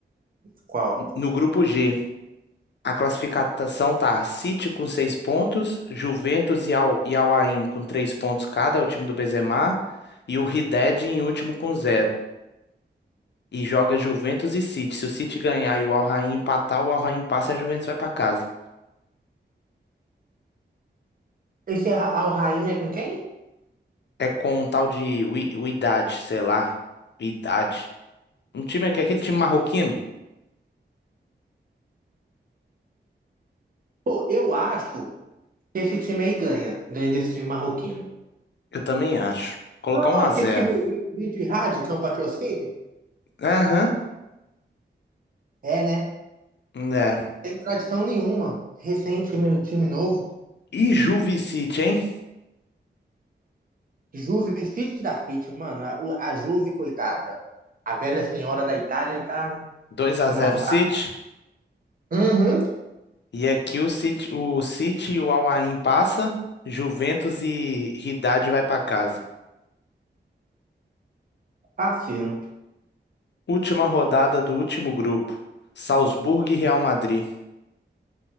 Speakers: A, on the right (about 50°); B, on the left (about 70°).
A: Qual?
B: No grupo G. A classificação tá City com seis pontos, Juventus e, Al, e Al Ain com três pontos cada, é o time do Benzema, e o Wydad em último com zero. E joga Juventus e City. Se o City ganhar e o Al Ain empatar, o Al Ain passa e a Juventus vai pra casa.
A: Esse Al Rain é com quem?
B: É com um tal de Wi- Wydad, sei lá. Wydad. Um time que aquele time marroquino?
A: Pô, eu acho que esse time aí ganha. Ganha desse time marroquino.
B: Eu também acho. Colocar
A: Não
B: um a
A: é aquele
B: zero.
A: time Ittihad, que é um patrocínio?
B: Aham,
A: É, né?
B: é.
A: Sem tradição nenhuma. Recente, meu time novo.
B: E Juve e City, hein?
A: Juve Fit da Fit, mano. A, o- a Juve, coitada. A velha senhora da Itália tá
B: 2 a
A: numa
B: zero
A: fase.
B: City.
A: Uhum.
B: E aqui o City, o City, e o Al Ain passa, Juventus e Haddad vai para casa.
A: Fascino.
B: Última rodada do último grupo. Salzburgo e Real Madrid.